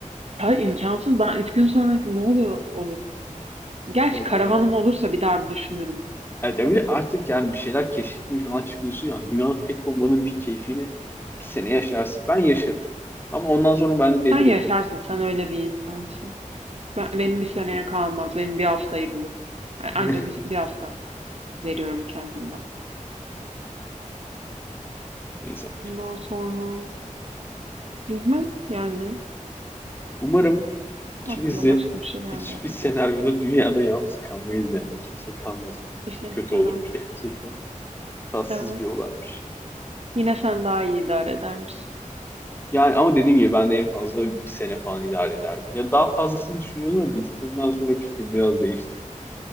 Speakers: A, on the right; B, on the left.
A: ya imkansız. Ben üç gün sonra ne oluyor olurum. Gerçi
B: yok
A: karavanım
B: artık.
A: olursa bir daha bir düşünürüm.
B: Evet, ya bir de artık yani bir şeyler keşfetmeye falan çıkıyorsun ya. Dünyanın tek olmanın bir keyfini bir sene yaşarsın. Ben yaşarım. Ama ondan sonra ben de delirebilirim.
A: Sen yaşarsın. Sen öyle bir insansın. Ben, benim bir seneye kalmaz. Benim bir haftayı bulup. Yani Anca
B: <laughs>
A: bir, bir hafta veriyorum kendime.
B: Neyse.
A: Bundan sonra bilmem yani
B: Umarım ikimiz
A: aklıma
B: de
A: başka bir şey gelmedi.
B: hiçbir senaryoda dünyada yalnız kalmayız yani. Kimse kalmasın.
A: Teşekkürler.
B: Çok kötü olurmuş gerçekten. Tatsız
A: Evet.
B: bir olaymış.
A: Yine sen daha iyi idare edermişsin.
B: Yani ama dediğim gibi ben de en fazla bir sene falan idare ederdim. Ya daha fazlasını düşünüyordum ama dediklerimden sonra fikrim biraz değişti.